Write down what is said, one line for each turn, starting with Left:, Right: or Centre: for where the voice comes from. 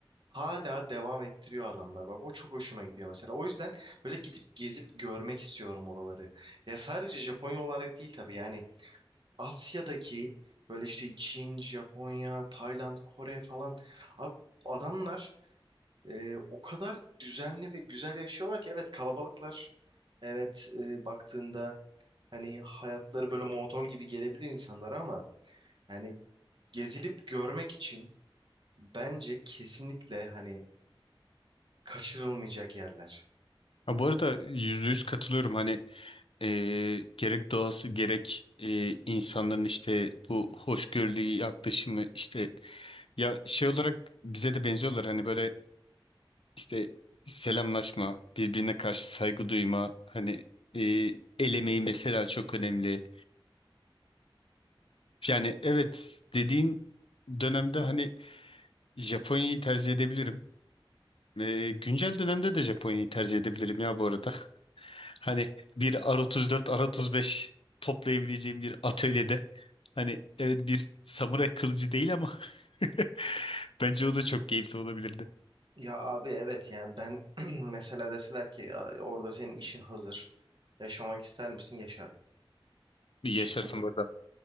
Right: hala devam ettiriyor adamlar. Bak o çok hoşuma gidiyor mesela. O yüzden böyle gidip gezip görmek istiyorum oraları. Ya sadece Japonya olarak değil tabii yani Asya'daki böyle işte Çin, Japonya, Tayland, Kore falan abi adamlar e, o kadar düzenli ve güzel yaşıyorlar ki evet kalabalıklar. Evet e, baktığında hani hayatları böyle monoton gibi gelebilir insanlara ama yani gezilip görmek için bence kesinlikle hani kaçırılmayacak yerler.
Left: Ha, bu arada yüzde yüz katılıyorum. Hani e, gerek doğası gerek e, insanların işte bu hoşgörülü yaklaşımı işte ya şey olarak bize de benziyorlar. Hani böyle işte selamlaşma, birbirine karşı saygı duyma, hani e, el emeği mesela çok önemli. Yani evet dediğin dönemde hani Japonya'yı tercih edebilirim. Ee, güncel dönemde de Japonya'yı tercih edebilirim ya bu arada. <laughs> Hani bir R34, R35 toplayabileceğim bir atölyede. Hani evet bir samuray kılıcı değil ama <laughs> bence o da çok keyifli olabilirdi.
Right: Ya abi evet yani ben <clears throat> mesela deseler ki "Ya orada senin işin hazır. Yaşamak ister misin? Yaşarım. Hiç
Left: Bir yaşarsın
Right: çekinmem.
Left: burada.